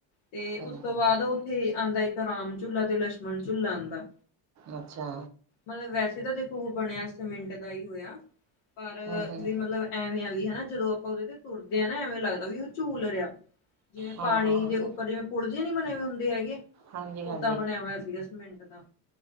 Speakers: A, on the left; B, on the right.
A: 'ਤੇ
B: ਹੂੰ
A: ਉਸ ਤੋਂ
B: ਹੂੰ
A: ਬਾਅਦ ਉੱਥੇ ਆਂਦਾ ਇੱਕ ਰਾਮ ਝੁਲਾ 'ਤੇ ਲਛਮਣ ਝੁਲਾ ਆਂਦਾ।
B: ਅੱਛਾ।
A: ਮਤਲਬ ਵੈਸੇ ਤਾਂ ਦੇਖੋ ਉਹ ਬਣਿਆ ਸੀਮਿੰਟ ਦਾ ਈ ਹੋਇਆ ਪਰ
B: ਹੂੰ ਹੂੰ
A: ਵੀ ਮਤਲਬ ਐਵੇਂ ਆ ਗਈ ਹਨਾ ਜਦੋਂ ਆਪਾਂ ਉਹਦੇ ਤੇ ਤੁਰਦੇ ਹਾਂ ਨਾ ਐਵੇਂ ਲੱਗਦਾ ਵੀ ਉਹ ਝੂਲ ਰਿਹਾ। ਜਿਵੇਂ
B: ਹਾਂ
A: ਪਾਣੀ
B: ਹਾਂ ਹਾਂ
A: ਦੇ ਉੱਪਰ ਜਿਵੇਂ ਪੁਲ ਜਿਹੇ ਨਹੀਂ ਬਣੇ ਹੋਏ ਹੁੰਦੇ ਹੈਗੇ।
B: ਹਾਂਜੀ ਹਾਂਜੀ
A: ਓਦਾਂ ਬਣਿਆ ਹੋਇਆ ਸੀਗਾ। ਮਿੰਟ ਦਾ